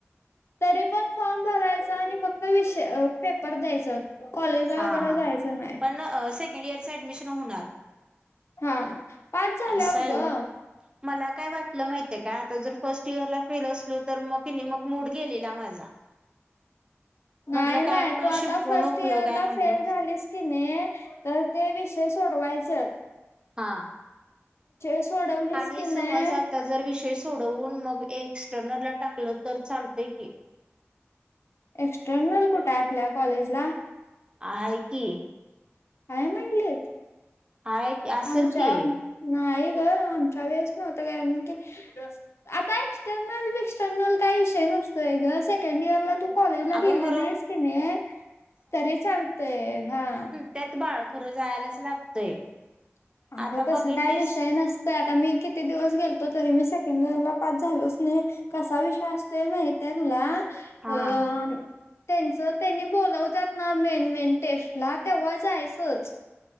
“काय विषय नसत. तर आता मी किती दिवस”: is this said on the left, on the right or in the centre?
Left